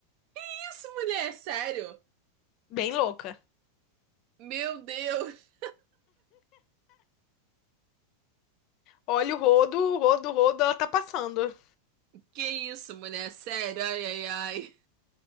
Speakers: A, on the right (about 55°); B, on the left (about 50°).
A: Que isso, mulher? é Sério?
B: Bem louca.
A: Meu Deus!
B: Olha o rodo, o rodo, o rodo, ela tá passando.
A: Que isso, mulher? é Sério? Ai, ai, ai.